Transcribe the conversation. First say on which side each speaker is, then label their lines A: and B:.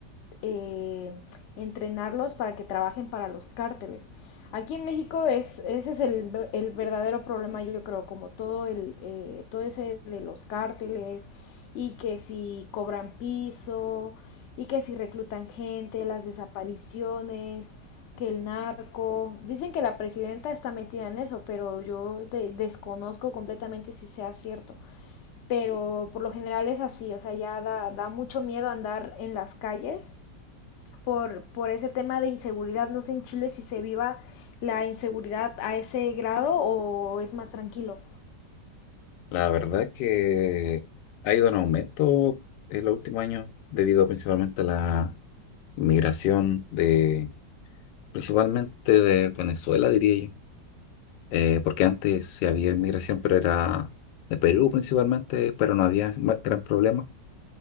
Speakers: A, on the left (about 60°); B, on the left (about 85°).
A: eh, entrenarlos para que trabajen para los cárteles. Aquí en México es, ese es el, el verdadero problema, yo creo, como todo, el, eh, todo ese de los cárteles y que si cobran piso y que si reclutan gente, las desapariciones, que el narco. Dicen que la presidenta está metida en eso, pero yo de- desconozco completamente si sea cierto. Pero por lo general es así, o sea, ya da, da mucho miedo andar en las calles por, por ese tema de inseguridad. No sé en Chile si se viva la inseguridad a ese grado o es más tranquilo.
B: La verdad es que ha ido en aumento en los últimos años debido principalmente a la inmigración de Principalmente de Venezuela, diría yo. Eh, porque antes sí había inmigración, pero era de Perú principalmente, pero no había ma- gran problema.